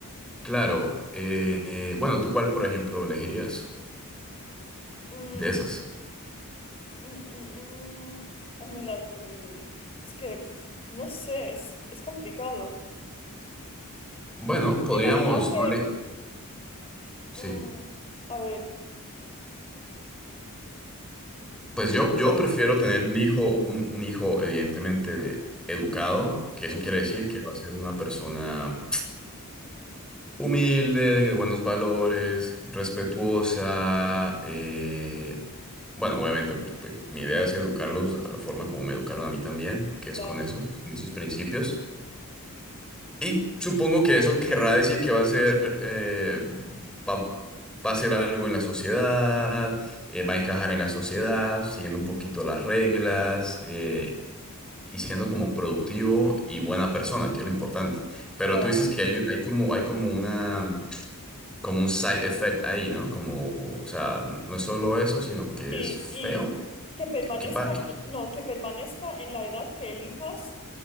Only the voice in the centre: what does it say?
Claro, eh, eh, bueno, ¿tú cuál, por ejemplo, elegirías
de esas?
Bueno,
podríamos,
no le... Sí.
Pues yo, yo
prefiero tener un hijo, un, un hijo evidentemente educado, que
eso quiere decir que va a ser una persona humilde, de buenos valores, respetuosa. eh, Bueno, obviamente, porque mi idea es educarlos a la forma como me educaron a mí también, que es
con eso, con esos principios. Y supongo que eso querrá decir que va a ser, eh, va, va a ser algo en la sociedad, eh, va a encajar en la sociedad, siguiendo un poquito las reglas, eh, y siendo como productivo y buena persona, que es lo importante. Pero
tú dices que hay, hay como, hay como una, como un side effect ahí, ¿no? Como, o sea, no es solo eso, sino que
es feo.
¿Qué, qué par- qué-